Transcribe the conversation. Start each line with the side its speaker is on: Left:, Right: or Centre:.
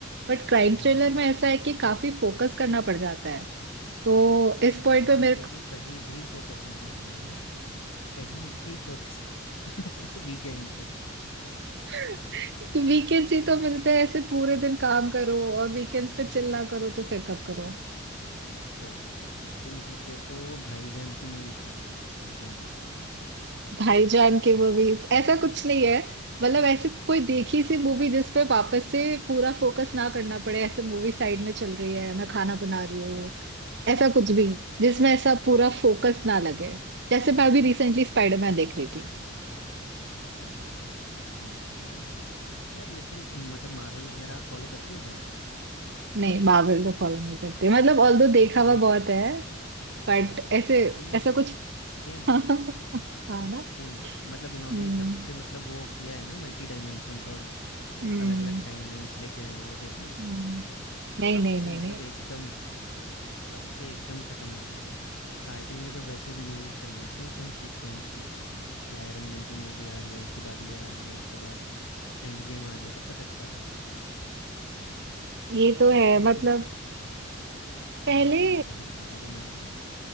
Right: बट क्राइम
Left: हाँ?
Right: थ्रिलर में ऐसा है कि काफी फोकस करना पड़ जाता है तो
Left: हे
Right: इस पॉइंट
Left: भगवान!
Right: पे मेरे
Left: तेरे
Right: को
Left: को कहीं भी फ़ोकस नहीं करना है, हैं? कहीं भी फ़ोकस <laughs> नहीं करना है वीकेंड पे।
Right: <laughs> वीकेंड्स ही तो मिलते हैं ऐसे पूरे दिन काम करो और वीकेंड्स पे चिल्ला करो तो फिर कब करो
Left: ओके, तो मतलब तेरे को भाईजान की मूवीज़ चाहिए वीकेंड पे?
Right: भाईजान के मूवीज ऐसा कुछ नहीं है मतलब ऐसे कोई
Left: हाँ,
Right: देखी सी मूवी जिस पे वापस से पूरा फोकस ना करना पड़े ऐसे मूवी साइड में चल रही है मैं खाना बना रही हूँ ऐसा कुछ भी
Left: अच्छा।
Right: जिसमें ऐसा पूरा फोकस ना लगे जैसे मैं अभी रिसेंटली
Left: हुँ,
Right: स्पाइडरमैन
Left: हुँ, हुँ।
Right: देख रही थी
Left: Okay, nice, nice. यार लेकिन मतलब मार्वल वगैरह फ़ॉलो करती हो क्या आप?
Right: नहीं मार्वल को फॉलो नहीं करते मतलब ऑल्दो देखा
Left: नहीं
Right: हुआ बहुत
Left: करते?
Right: है बट
Left: हाँ,
Right: ऐसे
Left: सेम,
Right: ऐसा
Left: सेम,
Right: कुछ <laughs>
Left: सेम,
Right: हाँ ना
Left: सेम। मतलब इन्होंने
Right: हम्म
Left: जब से मतलब वो किया है ना मल्टी डायमेंशंस और
Right: हम्म
Left: अलग-अलग टाइमलाइन्स लेके आए हैं, वो देखा?
Right: हम्म। नहीं
Left: तब
Right: नहीं
Left: से
Right: नहीं
Left: मतलब
Right: नहीं
Left: एकदम तब से एकदम ख़त्म हो गया है। स्टार्टिंग में जब वैसे मूवीज़ चल रही थी ना एकदम सीक्वेंस में, कि आयरन मैन की मूवी आ रही है, उसके बाद ये आ रही है, उसके बाद एंड गेम आ रही है, तब तक अच्छा था।
Right: ये
Left: आई
Right: तो है
Left: थिंक
Right: मतलब
Left: तुम
Right: पहले
Left: तुमको नहीं पसंद क्या ज़्यादा मार्वल?